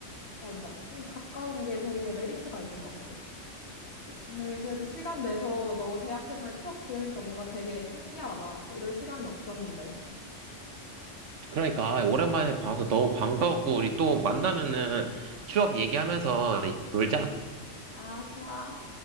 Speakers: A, on the left; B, on the right.
A: 맞아. 가까운 게 되게 메리트가 있는 것 같아. 오늘 그래도 시간 내서 너 대학생활 추억 들으니까 뭔가 되게 신기하다. 이럴 시간이 없었는데.
B: 그러니까, 아, 오랜만에 봐서 너무 반가웠고, 우리 또 만나면은 추억 얘기하면서 놀자.
A: 아, 좋아.